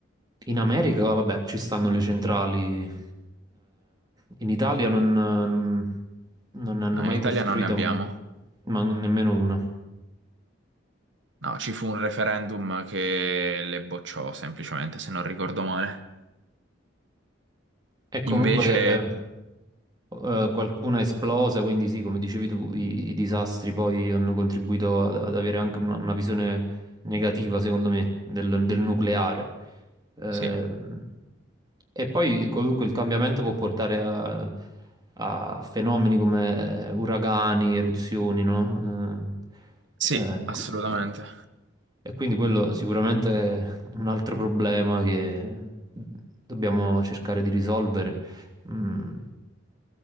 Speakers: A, on the right; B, on the right.
A: In America, vabbè, ci stanno le centrali. eh, in Italia non, non ne hanno
B: Noi
A: mai
B: in Italia
A: costruita
B: non ne abbiamo.
A: uno, ma nemmeno una.
B: No, ci fu un referendum che le bocciò semplicemente, se non ricordo male.
A: E comunque,
B: Invece,
A: eh, Eh, qualcuna è esplosa, quindi sì, come dicevi tu, i, i disastri poi hanno contribuito ad, ad avere anche una, una visione negativa, secondo me, del, del nucleare. Ehm,
B: sì,
A: e poi comunque il cambiamento può portare a, a fenomeni come eh, uragani, eruzioni, no?
B: sì,
A: Eh, eh, e,
B: assolutamente.
A: qui- e- e quindi quello sicuramente è un altro problema che dobbiamo cercare di risolvere. Mm.